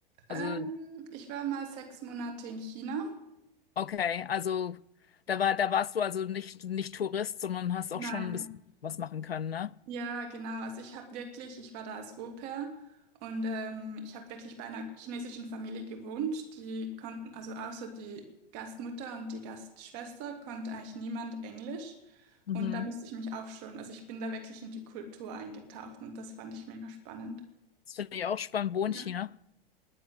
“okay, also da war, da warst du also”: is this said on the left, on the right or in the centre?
Left